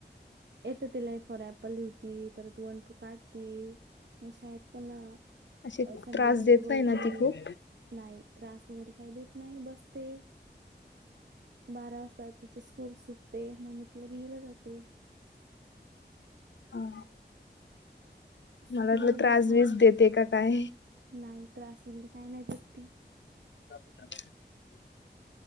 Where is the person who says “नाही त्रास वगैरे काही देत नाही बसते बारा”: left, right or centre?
Right